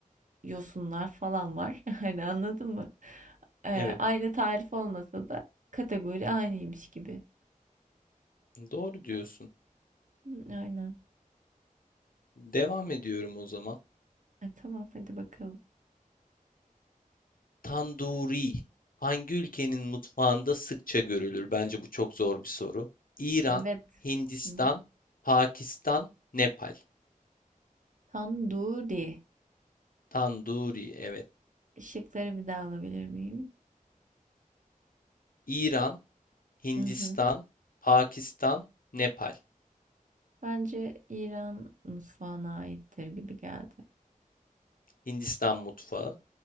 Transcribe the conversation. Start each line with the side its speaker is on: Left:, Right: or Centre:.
Right: yosunlar falan var. <laughs> Hani anladın mı? Ee,
Left: evet.
Right: aynı tarif olmasa da kategori aynıymış gibi.
Left: Doğru diyorsun.
Right: Hı, Aynen.
Left: Devam ediyorum o zaman.
Right: E, tamam hadi bakalım.
Left: Tanduri. Hangi ülkenin mutfağında sıkça görülür? Bence bu çok zor bir soru. İran,
Right: Evet.
Left: Hindistan,
Right: Hı.
Left: Pakistan, Nepal.
Right: Tanduri.
Left: Tanduri, evet.
Right: Işıkları bir daha alabilir miyim?
Left: İran, Hindistan,
Right: Hı hı.
Left: Pakistan, Nepal.
Right: Bence İran mutfağına aittir gibi geldi.
Left: Hindistan mutfağı.